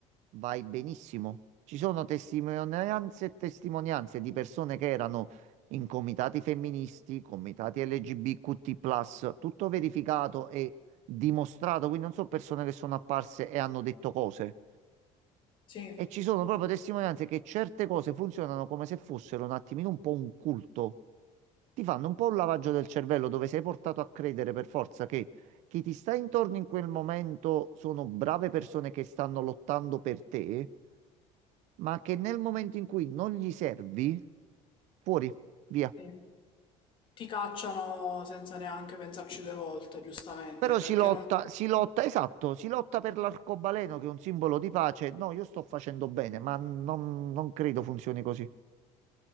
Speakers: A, on the right (about 60°); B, on the left (about 35°).
A: Vai benissimo. Ci sono testimonianze e testimonianze di persone che erano in comitati femministi, comitati LGBTQ+, tutto verificato e dimostrato, quindi non sono persone che sono apparse e hanno detto cose.
B: sì,
A: E ci sono proprio testimonianze che certe cose funzionano come se fossero un attimino un po' un culto. Ti fanno un po' un lavaggio del cervello dove sei portato a credere per forza che chi ti sta intorno in quel momento sono brave persone che stanno lottando per te, ma che nel momento in cui non gli servi, fuori, via.
B: sì. Ti cacciano senza neanche pensarci due volte, giustamente,
A: Però
B: perché
A: si lotta,
B: non...
A: si lotta, esatto, si lotta per l'arcobaleno che è un simbolo di pace. No, io sto facendo bene, ma non, non credo funzioni così.